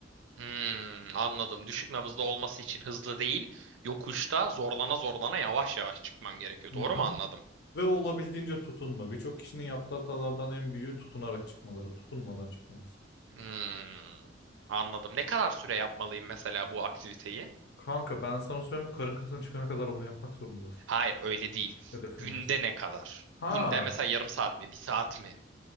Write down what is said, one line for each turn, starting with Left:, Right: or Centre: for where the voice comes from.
Right: Hmm, anladım. Düşük nabızda olması için hızlı değil, yokuşta zorlana zorlana yavaş yavaş çıkmam gerekiyor.
Left: Mhm.
Right: Doğru mu anladım?
Left: Ve olabildiğince tutunma. Birçok kişinin yaptığı hatalardan en büyüğü tutunarak çıkmaları. Tutunmadan çıkmalısın.
Right: Hmm, anladım. Ne kadar süre yapmalıyım mesela bu aktiviteyi?
Left: Kanka ben sana söyleyeyim karın kasına çıkana kadar bunu yapmak zorundasın.
Right: Hayır öyle değil.
Left: Hedefin
Right: Günde
Left: oysa.
Right: ne kadar?
Left: Ha
Right: Günde mesela yarım saat mi, bir saat mi?